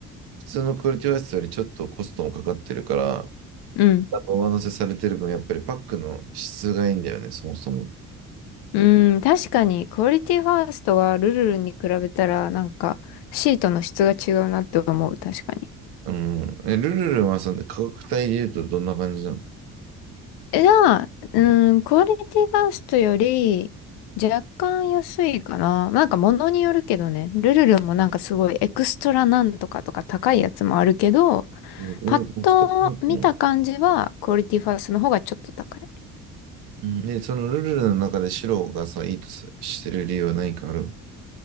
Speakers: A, on the right; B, on the left.
A: 普通のクオリティオアシスよりちょっとコストもかかってるから、
B: うん。
A: 上乗せされてる分、やっぱりパックの質がいいんだよね、そもそも。
B: うん。確かに、クオリティファーストはルルルに比べたら、なんか、シートの質が違うなって思う。確かに。
A: うん。え、ルルルンはさで価格帯で言うとどんな感じなの
B: え、じゃあ、うん、
A: うん。
B: クオリティファーストより若干安いかな。なんか物によるけどね、ルルルもなんかすごいエクストラなんとかとか高いやつもあるけど、
A: えー、
B: パッと見た感じはクオリティファーストの方がちょっと高い。
A: 使ってみようかな。うん。で、そのルルルンの中で白がさ、いいとさしてる理由は何かあるの